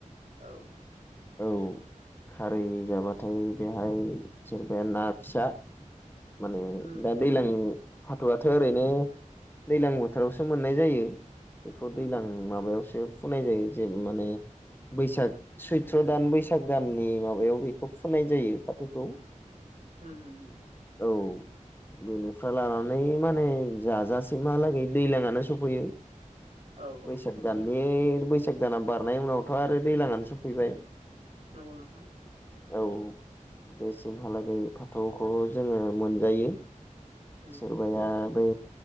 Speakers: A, on the right; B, on the left.
A: औ।
B: औ खारै जाबाथाय बेहाय सोरबाया ना फिसा माने
A: उम
B: दा दैज्लां फाथ'आथ' ओरैनो दैज्लां बोथोरावसो मोननाय जायो। बेखौ
A: नंगौ
B: दैज्लां
A: नोंथां
B: माबायावसो फुनाय जायो जे माने बैसाग सै त्र दान बैसाग दाननि माबायाव बेखौ फोनाय जायो फाथोखौ।
A: उम होम।
B: औ। बेनिफ्राय लानानै माने जाजासिमहालागै दैज्लांयानो सफैयो।
A: औ औ
B: बैसाग दाननि बैसाग दाना बारनाय उनावथ' आरो दैज्लांआनो सफैबाय।
A: नंगौ नोंथां।
B: औ बेसिमहालागै फाथौखौ जोङो मोनजायो।
A: उम
B: सोरबाया बै